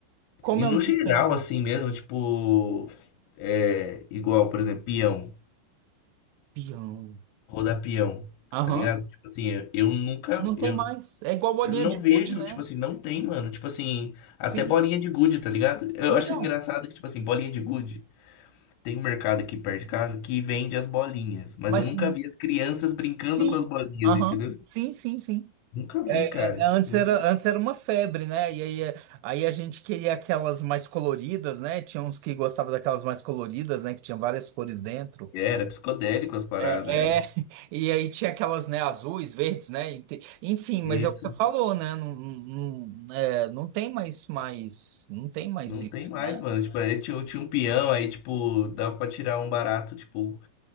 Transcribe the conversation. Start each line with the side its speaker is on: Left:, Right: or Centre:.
Right: como
Left: E no
Right: eu não
Left: geral,
Right: tenho
Left: assim mesmo, tipo. É, igual, por exemplo, peão,
Right: peão,
Left: rodar peão,
Right: aham,
Left: tá ligado? Tipo assim, eu, eu nunca.
Right: não tem
Left: Eu,
Right: mais. É igual bolinha
Left: Eu não
Right: de
Left: vejo,
Right: gude, né?
Left: tipo assim, não tem, mano. Tipo assim,
Right: Sim,
Left: até bolinha de gude, tá ligado? Eu
Right: então,
Left: acho engraçado que, tipo assim, bolinha de gude. Tem um mercado aqui perto de casa que vende as bolinhas, mas
Right: mas
Left: eu nunca vi as crianças brincando
Right: sim,
Left: com as bolinhas,
Right: aham,
Left: entendeu?
Right: Sim, sim, sim.
Left: Nunca vi,
Right: É,
Left: cara.
Right: é, é,
Left: Tipo,
Right: Antes era, antes era uma febre, né? E aí, é, aí a gente queria aquelas mais coloridas, né? Tinha uns que gostavam daquelas mais coloridas, né? Que tinha várias cores dentro.
Left: Era psicodélico as paradas.
Right: É,
Left: era.
Right: é, <laughs> e aí tinha aquelas, né? Azuis, verdes, né? e te- Enfim, mas
Left: Isso.
Right: é o que você falou, né? Não, não, não é, não tem mais, mais, não tem mais
Left: Não
Right: isso,
Left: tem mais,
Right: né?
Left: mano. Tipo, aí tinha, tinha um peão, aí, tipo, dava pra tirar um barato, tipo,